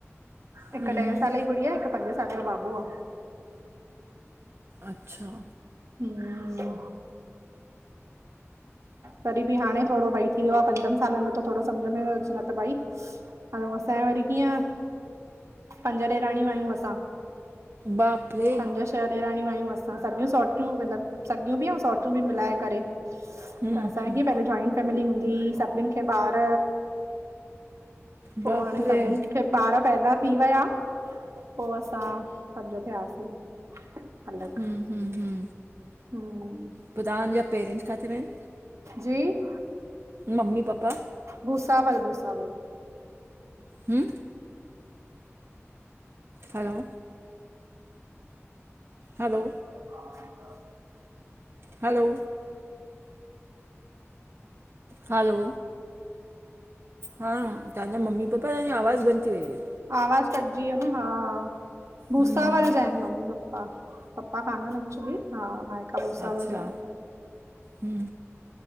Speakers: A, on the right (about 70°); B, on the right (about 50°).
A: हिक
B: हम्म
A: ॾए
B: हम्म
A: सालें जी गुड़िया, हिक पंज साल साल जो बाबू आ।
B: अच्छा
A: हं तॾी बि हाणें थोड़ो भई थी वियो आ पंजन सालन में त थोड़ो सम्झ में अचे, न त भाई, ऐं असांजे वरी कीअं पंज ॾेराणियूं आयूं असां।
B: बाप रे
A: पंज छह ॾेराणियूं आयूं असां, सॻियूं सोट्रियूं मलब सॻियूं बि ऐं सोट्रियूं बि, मिलाए करे त
B: हम्म
A: असां,
B: हम्म
A: किअं पेले जाॅइंट फैमिली हूंदी ही, सभिन खे ॿार, पो
B: बाप
A: हाणे
B: रे
A: सभिन खे ॿार पैदा थी वया, पो असां, सम्झो थियासीं अलॻि
B: हुं हुं हुं,
A: हम्म
B: पो तांजा पेरेंट्स काथे रएन?
A: जी,
B: ममी पापा,
A: भूसावल भुसावल।
B: हूं, हलो। हलो।
A: <inaudible>
B: हलो। हलो। हा तहांजा ममी पापा आया या आवाज बंद थी वई हुई।
A: आवाज़ कटजी वियो न हा भूसावल
B: हूं
A: जा आहिनि मम्मी प पा पपा कान अहिनि एक्चुली हा मा अ भुसासावल
B: अच्छा
A: जा आयूं
B: हूं